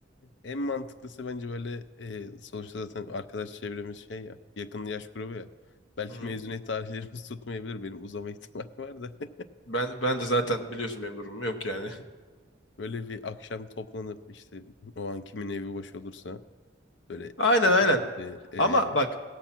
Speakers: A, on the left (about 70°); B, on the left (about 80°).
A: en mantıklısı bence böyle e, sonuçta zaten arkadaş çevremiz şey ya yakın yaş grubu ya. Belki
B: Hı hı.
A: mezuniyet tarihlerimiz <laughs> tutmayabilir benim uzama ihtimali var da. <laughs>
B: Ben ben de zaten biliyorsun benim durumum yok yani.
A: Böyle bir akşam toplanıp işte o an kimin evi boş olursa
B: <laughs>
A: böyle
B: Aynen aynen.
A: işte, e,
B: Ama bak